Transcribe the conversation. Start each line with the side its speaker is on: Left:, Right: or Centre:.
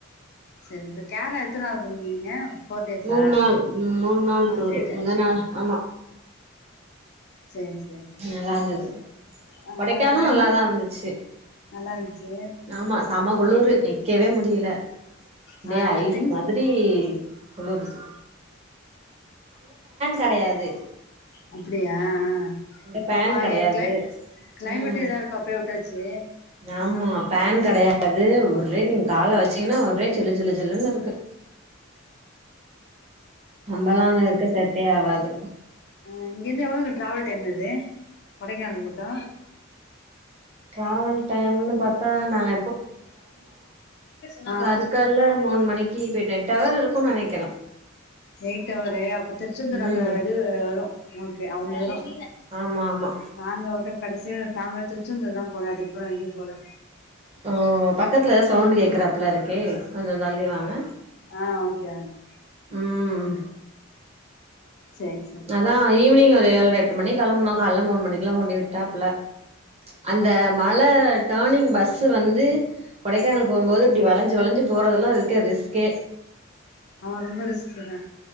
Left: சேர் சேரி கேர்ளா எத்தன நாள் போயிருந்தீங்க போர் டேஸ்சா
Right: மூணு நாள் ம் மூணு நாள்
Left: ஆ
Right: டூரு
Left: த்ரீ டே
Right: மொத நாள் ஆமா
Left: சேரிங் சேரி
Right: நல்லா இருந்தது
Left: அங்க
Right: கொடைக்கானு
Left: கிளைமேட்
Right: நல்லாதா இருந்துச்சு
Left: நல்லா இருந்துச்சு
Right: ஆமா செமக் குளுரூ நிக்கவே முடியல அப்டியே
Left: ஆ அங்க
Right: ஐஸ்
Left: திங்ஸ்
Right: மாதிரி அப்டி குளுரூது கெடையாது
Left: அப்படியா அ அ
Right: அங்க ஃபேன்
Left: வாய்
Right: கெடையாது
Left: ஏக்ல கிளைமேட்
Right: ம்
Left: ஏதா இருக்கு அப்டியே உட்டாச்சு
Right: ஆமா ஃபேன் கிடையாது ஒரே நீங்க கால வச்சீங்கன்னா ஒரே சில்லு சில்லு சில்லுன்னு இருக்கு நம்பல்லா அங்க இருக்க செட்டே ஆவாது
Left: அ இங்க இருந்து எவ்ளோங்க டிராவல் டைம் அது கொடைக்கானல் மட்டு
Right: டிராவல் டைம்னு பாத்தா நாங்க
Left: <inaudible>
Right: கருக்கல்ல மூணு மணிக்கு போயிட்டேன் டவர் இருக்குன்னு நினைக்க
Left: எயிட் அவரு அப்ப திருச்செந்தூர் அந்த
Right: ம்
Left: இது அப்பவரு உங்களுக்கு அவ்ள பேரும்
Right: ஆமா ஆமா
Left: நாங்க மட்டு கடைசியா ஃபேமிலியா திருச்செந்தூர் தா போன அதுக்கப்றோ எங்கயு போல
Right: ஆ பக்கத்தில ஏதோ சவுண்டு் கேட்குறாப்பள்ள இருக்கே கொஞ்சோ தள்ளி வாங்க
Left: ஆ ஓகே ஆண்ட்டி
Right: ம்
Left: சேர் சேரி
Right: அதா ஈவினிங் ஒரு ஏழ்ரை எட்டு மணிக்கு கிளம்பனோ காலைல மூணு மணிக்கெல்லா கொண்டு போய் விட்டாப்ல அந்த மல டர்னிங் பஸ்சு வந்து கொடைக்கானல் போம்போது இப்டி வளைஞ்சு வளைஞ்சு போறதெல்லா இருக்க ரிஸ்கே
Left: ஆ ரொம்ப ரிஸ்க்குங்க